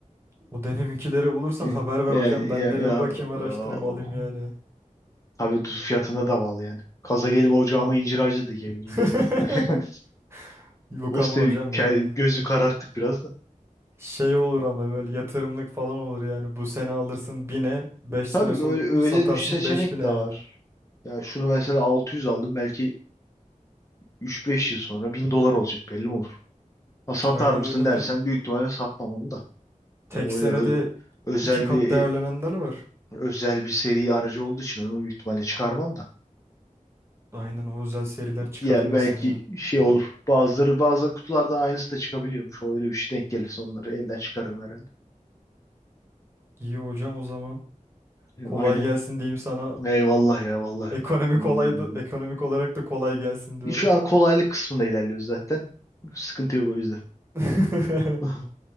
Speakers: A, on the right; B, on the left.
A: O döneminkileri bulursan
B: Ya,
A: haber ver
B: ya,
A: hocam. Ben
B: ya,
A: de
B: ya,
A: bir bakayım araştırayım
B: o-
A: alayım yani.
B: tabii düz fiyatına da bağlı yani. Kaza gelip ocağıma incir ağacı da dikebilirim bilmiyorum.
A: <laughs>
B: Yani <laughs>
A: Yok
B: o
A: ama
B: sev
A: hocam
B: ke-
A: ya.
B: gözü kararttık biraz da.
A: Şey olur ama böyle yatırımlık falan olur yani. Bu sene alırsın bin'e 5
B: Tabii
A: sene so-
B: öyle, öyle
A: satarsın
B: bir seçenek
A: beş bin'e
B: de
A: yani.
B: var. Ya şunu mesela 600 aldım belki 3-5 yıl sonra 1000 dolar olacak belli mi olur? Ha, satar
A: Aynen
B: mısın
A: öyle hocam.
B: dersen büyük ihtimalle satmam onu da.
A: Tek
B: O
A: senede
B: öyle ö- özel
A: iki kat
B: bir
A: değerlenenler
B: e,
A: var.
B: özel bir seri aracı olduğu için onu büyük ihtimalle çıkarmam da.
A: Aynen o özel seriler çıkarılmasın
B: Diğer belki
A: ya.
B: şey olur. Bazıları bazen kutularda aynısı da çıkabiliyormuş. O öyle bir şey denk gelirse onları elden çıkarırım herhalde.
A: İyi hocam o zaman.
B: E,
A: Kolay
B: Aynen.
A: gelsin diyeyim sana.
B: Eyvallah ya vallahi.
A: Ekonomi
B: Hmm.
A: kolay da, ekonomik olarak da kolay gelsin diyorum.
B: Şu an kolaylık kısmında ilerliyoruz zaten. Sıkıntı yok o yüzden.
A: <laughs>
B: <laughs>